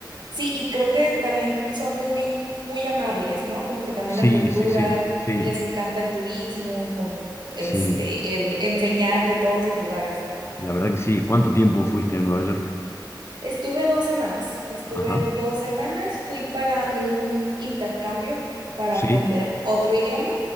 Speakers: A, on the right; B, on the left.
A: Sí, y creo que también son muy, muy amables, ¿no? Como que también
B: Sí,
A: la cultura,
B: sí, sí, sí,
A: les encanta el turismo, como este,
B: sí.
A: el enseñarte todos los lugares.
B: La verdad que sí. ¿Cuánto tiempo fuiste a Nueva York?
A: Estuve dos semanas, estuve
B: Ajá.
A: dos semanas, fui para un intercambio para aprender
B: Sí,
A: otro idioma.